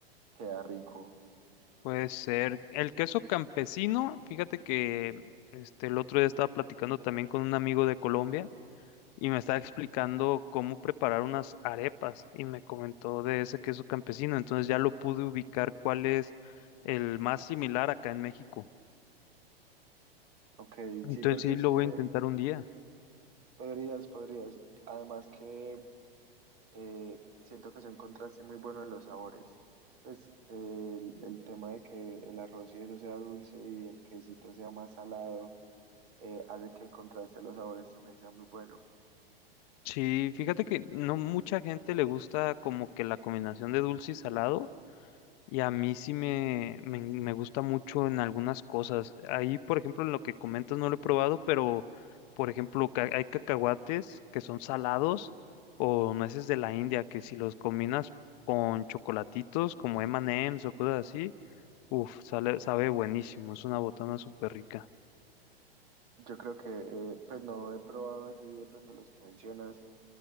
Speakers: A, on the right; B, on the left.
A: queda rico.
B: Puede ser. El queso campesino, fíjate que este, el otro día estaba platicando también con un amigo de Colombia y me estaba explicando cómo preparar unas arepas y me comentó de ese queso campesino. Entonces ya lo pude ubicar cuál es el más similar acá en México.
A: Ok,
B: Entonces
A: sí, porque
B: sí,
A: es
B: lo
A: que
B: voy a intentar un día.
A: podrías, podrías. Además que eh, siento que es un contraste muy bueno en los sabores. Pues eh, el, el tema de que el arroz y eso sea dulce y el quesito sea más salado, eh, hace que el contraste de los sabores también sea muy bueno.
B: Sí, fíjate que no mucha gente le gusta como que la combinación de dulce y salado. Y a mí sí me, me, me gusta mucho en algunas cosas. Ahí, por ejemplo, en lo que comentas no lo he probado, pero, por ejemplo, ca- hay cacahuates que son salados o nueces de la India, que si los combinas con chocolatitos como M&M's o cosas así, uff, sale, sabe buenísimo. Es una botana súper rica.
A: Yo creo que, eh, pues no he probado así de pronto los que mencionas.